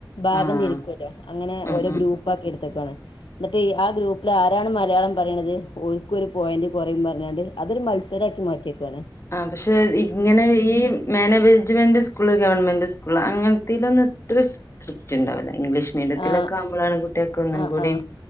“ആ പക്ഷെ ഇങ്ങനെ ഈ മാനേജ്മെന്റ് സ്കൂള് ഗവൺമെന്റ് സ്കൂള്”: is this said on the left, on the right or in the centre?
Left